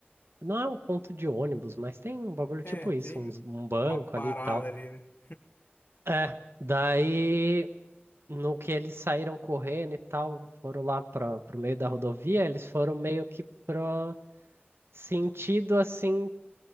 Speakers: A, on the right; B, on the left.
A: Não é um ponto de ônibus, mas tem um bagulho
B: É,
A: tipo
B: tem
A: isso, uns- um banco
B: uma parada
A: ali e tal.
B: ali, né?
A: É, daí no que eles saíram correndo e tal, foram lá para pro meio da rodovia, eles foram meio que pro sentido assim